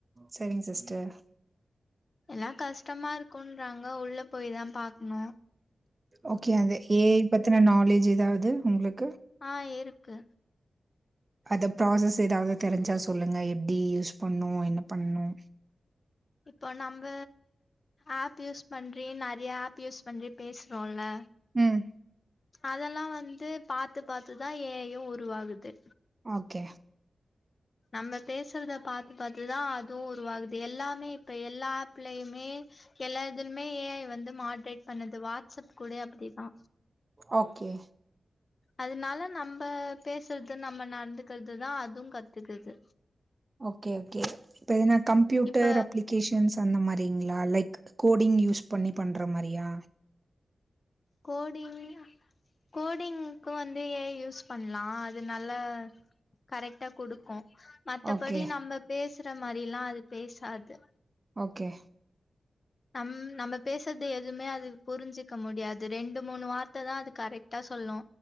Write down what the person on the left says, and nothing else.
எல்லாம் கஷ்டமா இருக்கும்ன்றாங்க உள்ள போயி தான் பாக்கணும்
ஆஹ் இருக்கு
இப்போ நம்ப ஆப் யூஸ் பண்ணி நிறைய ஆப் யூஸ் பண்ணி பேசுறோம்ல
அதெல்லாம் வந்து பாத்து பார்த்துதான் ஏஐ யும் உருவாகுது
நம்ம பேசுறத பாத்து பாத்துதா அதும் உருவாகுது எல்லாமே இப்ப எல்லா ஆப்லயுமே எல்லா இதுலுமே ஏஐ வந்து மாட்ரேட் பண்ணுது வாட்ஸ்அப் கூட அப்டிதா
அதனால நம்ம பேசுறது நம்ம நடந்துக்கிறதுதா அதும் கத்துக்குது
இப்ப
கோடிங் கோடிங்க்க வந்து ஏஐ யூஸ் பண்லா அது நல்லா கரெக்டா கொடுக்கு மத்தபடி
நம்ம பேசுற மாரில்லா அது பேசாது
நம் நம்ம பேசறத எதுமே அது புரிஞ்சிக்க முடியாது ரெண்டு மூணு வார்த்தை தா அது கரெக்டா சொல்லு